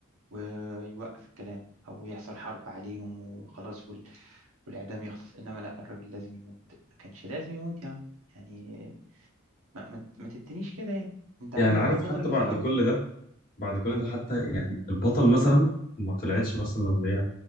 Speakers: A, on the right; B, on the left.
A: ويوقف الكلام أو يحصل حرب عليهم وخلاص وال... والإعدام يخلص إنما لا الراجل لازم يموت ما كانش لازم يموت يا عم يعني ما, ما, ما تدينيش كده يعني أنت عامله
B: يعني عارف
A: هو البطل
B: حتى
A: الجزء
B: بعد
A: الأول
B: كل ده بعد كل ده حتى يعني البطل مثلا ما طلعتش مثلا اللي هي